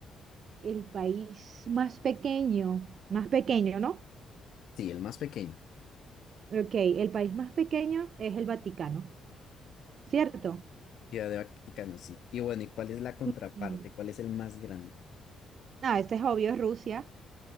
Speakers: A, on the right; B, on the left.
A: el país más pequeño, más pequeño, ¿no?
B: Sí, el más pequeño,
A: Ok, el país más pequeño es el Vaticano, ¿cierto?
B: Ciudad de Vaticano, sí. Y bueno, ¿y cuál es la contraparte?
A: Mm,
B: ¿Cuál es el más grande?
A: Ah, este es obvio, es Rusia.